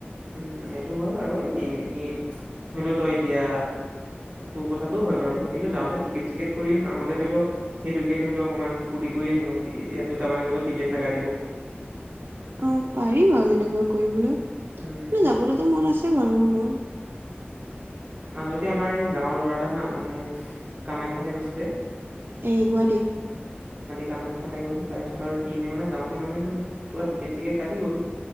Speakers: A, on the right; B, on the right.
A: উম এইটো হয় বাৰু এই ধৰি লতই এতিয়া তোৰ কথাাতটো। হয় বাৰু কিন্তু যাওঁতে টিকেট চিকেট কৰিম আহোতে ধৰি লও সেইটোকে ধৰি লও অকনমান ফূৰ্তি কৰি আহিম- দুটাম মানেতো টিকেট নাকাটিব।
B: অ পাৰি বাৰু তেনেকুৱা কৰিবলৈ
A: উম,
B: মে যাবলৈতো মন আছে বাৰু ৰোমৰ
A: মাজতে আমাৰ এই গাঁৱৰ ল'ৰা এটা হা মানে কামাখ্যাতে গৈছিলে।
B: এই গুৱাহাটী
A: কামাখ্যালৈ গ'ল তাৰপিছত সিহতে মানে যাওঁতে মানেটো পোৰা টিকেট চিকেট কাটি গ'ল।